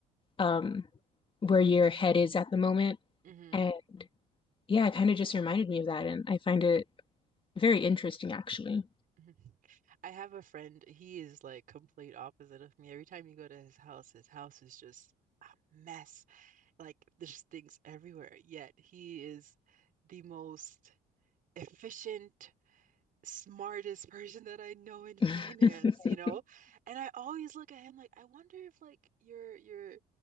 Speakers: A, on the left; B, on the right.
A: um, where your head is at the moment.
B: Mhm,
A: And yeah, it kind of just reminded me of that. And I find it Very interesting, actually.
B: mhm. I have a friend, he is like complete opposite of me. Every time you go to his house, his house is just a mess. Like there's things everywhere. Yet he is the most efficient smartest person that I know in finance,
A: <laughs>
B: you know? And I always look at him like, I wonder if like your your